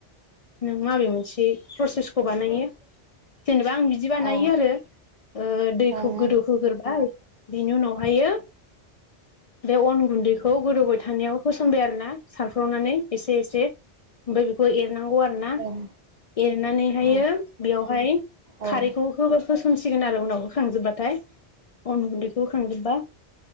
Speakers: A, on the left; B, on the right.
A: नों माबे मोनसे प्रसेसखौ बानायो जेनेबा आं बिदि बानायो
B: औ
A: आरो ओ दैखौ
B: ओं
A: गोदौ होग्रोरोबाय बिनि उनावहायो बे अन गुनदैखौ गोदौबाय थानायाव होसनबाय आरोना सारफ्रावलानानै एसे एसे ओमफ्राय बेखौ एर नांगौ आरोना
B: ओं
A: एरनानैहायो
B: उम
A: बेयावहाय
B: औ
A: खारैखौ हो होसनसिगोन आरो उनावखौ खांजोबबाथाय अन गुनदैखौ होखां खांजोबबा